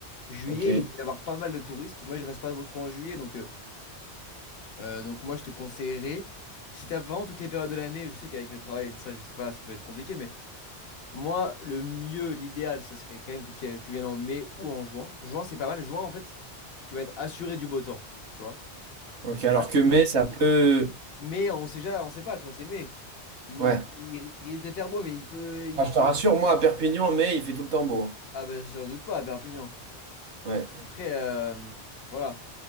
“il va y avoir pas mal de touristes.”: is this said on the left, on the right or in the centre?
Left